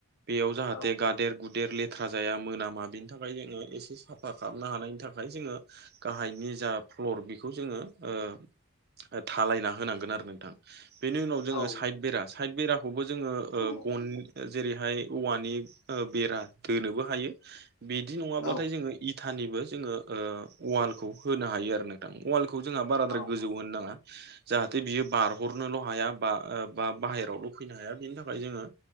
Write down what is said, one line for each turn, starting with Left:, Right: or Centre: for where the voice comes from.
Right: बेयाव जाहाथे
Left: औ
Right: गादेर गुदेर देर लेथ्रा जाया मोनामा बेनि थाखाय जोङो एसे साफा खालामनो हानायनि थाखाय जोङो गाहायनि जा फ्लर बेखौ जोङो ओ डहालायना होनांगोन आरो नोंथां हो बेनि उनाव जोङो
Left: औ
Right: साइथ बेरा साइथ बेराखौबो जोङो ओ
Left: औ
Right: गन‌नि‌ ओ जेरैहाय औवानि ओ बेरा दोनोबो हायो बिदि नङाब्लाथाय
Left: औ
Right: जोङो इथानिबो जोङो ओ वालखौ होनो हायो आरो नोंथां वाल खौ जोंहा बाराद्राय
Left: औ
Right: गोजौ
Left: औ
Right: होनो नङा जाहाथे बियो बारहरनोल' हाया बा बा बाहेरायावल' फैनो हाया बेनि थाखाय जोङो